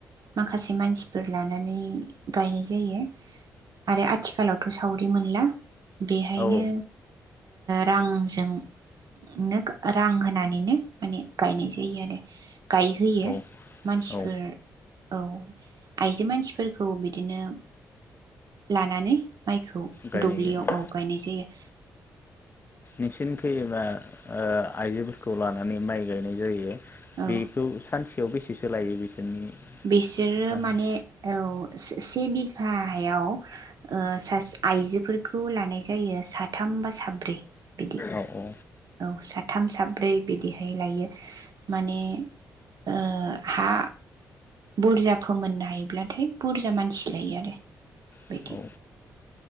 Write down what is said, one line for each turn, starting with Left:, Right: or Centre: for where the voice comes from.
Right: माखासे मानसिफोर लानानै गायनाय जायो आरो आथिखालावथ सावरि मोनला बेहायनो
Left: औ
Right: रांजोंनो रां होनानैनो माने गायनाय जायो आरो गायहोयो
Left: औ
Right: मानसिफोर
Left: औ
Right: औ आइजो मानसिफोरखौ बिदिनो लानानै माइखौ
Left: गायनाय
Right: दुब्लियाव
Left: जायो
Right: औ गायनाय जायो
Left: नोंसिनि फैयोबा आइजोफोरखौ लानानै माइ गायनाय जायो
Right: औ
Left: बेखौ सानसे थायाव बेसेसो लायो बिसोरनि
Right: बिसोरो
Left: औ
Right: माने औ से बिघायाव सा आइजोफोरखौ लानाय जायो साथाम बा साब्रै बिदि
Left: औ औ
Right: औ सा साथाम साब्रै बिदिहाय लायो माने ओ हा बुरजा फोमोननो हायोब्लाथाय बुरजा मानसि लायो आरो
Left: औ
Right: बेदि